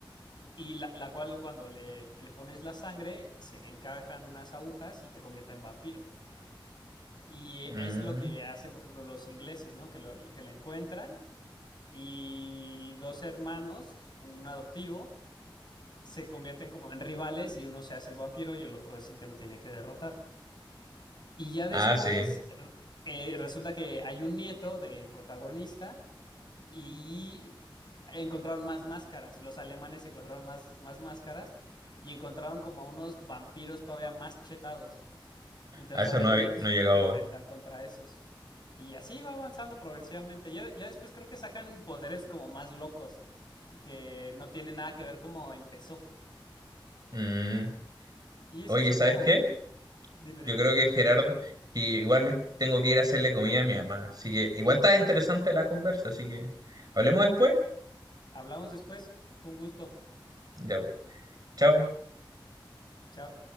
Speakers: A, on the left; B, on the right.
A: y la, la cual cuando le, le pones la sangre se encajan unas agujas y te convierte en vampiro. Y
B: Ujú,
A: eh, es
B: mm.
A: lo que hacen, por ejemplo, los ingleses, ¿no? Que, lo, que la encuentran y dos hermanos, un adoptivo, se convierten como en rivales y uno se hace el vampiro y el otro es el que lo tiene que derrotar. Y ya después
B: Ah, sí.
A: r- eh, resulta que hay un nieto del protagonista y encontraron más máscaras. Los alemanes encontraron más, más máscaras y encontraron como unos vampiros todavía más chetados. Entonces
B: A eso
A: ahora
B: no,
A: el
B: he-
A: nieto se
B: no he
A: tiene
B: llegado
A: que enfrentar
B: aún.
A: contra esos. Y así va avanzando progresivamente. Ya, ya después creo que sacan poderes como más locos, que no tienen nada que ver cómo empezó.
B: Mm.
A: Y es
B: Oye,
A: así
B: ¿sabes
A: como...
B: qué?
A: Dime, dime.
B: Yo creo que Gerardo, y igual me tengo que ir a hacerle comida a mi mamá. Así que igual está interesante la conversa, así que hablemos después.
A: Hablamos después. Fue un gusto.
B: Ya. Chao.
A: Chao.